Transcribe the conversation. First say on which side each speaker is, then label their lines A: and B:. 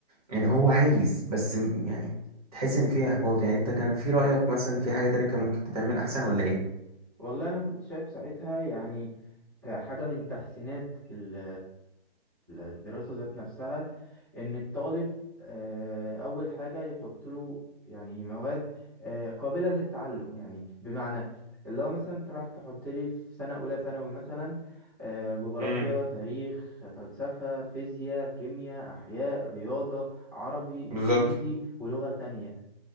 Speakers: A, on the right; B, on the right.
A: يعني هو عايز بس م- يعني تحس ان في احباط يعني انت كان في رأيك مثلا في حاجة تانية كان ممكن تتعمل احسن ولا ايه
B: والله انا كنت شايف ساعتها يعني كحاجة من تحسينات ال- الدراسة ذات نفسها ان الطالب آه، اول حاجه يحط له يعني مواد آه، قابله للتعلم يعني بمعنى اللي هو مثلا انت راح تحط لي في سنه اولى ثانوي مثلا آه، جغرافيا
A: امم
B: تاريخ فلسفه فيزياء كيمياء احياء رياضه عربي
A: بالظبط
B: انجليزي ولغه تانية